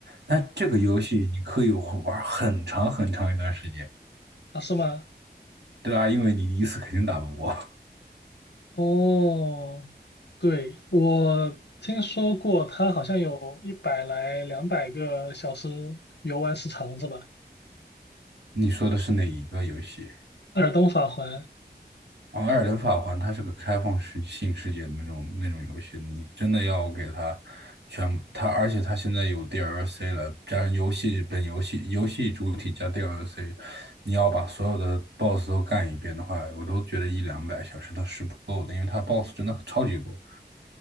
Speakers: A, on the right; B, on the left.
A: 那这个游戏你可以玩很长很长一段时间，
B: 啊，是吗？
A: 对吧？因为你一次肯定打不过。
B: 哦，对，我听说过，它好像有一百来两百个小时游玩时长是吧？
A: 你说的是哪一个游戏？
B: 《耳尔登法环》
A: 哦，《艾尔登法环》它是个开放式性世界的那种那种游戏，你真的要给它全它，而且它现在有 DLC 了，加上游戏本游戏游戏主体加 DLC，你要把所有的 BOSS 都干一遍的话，我都觉得一两百小时都是不够的，因为它 BOSS 真的超级多。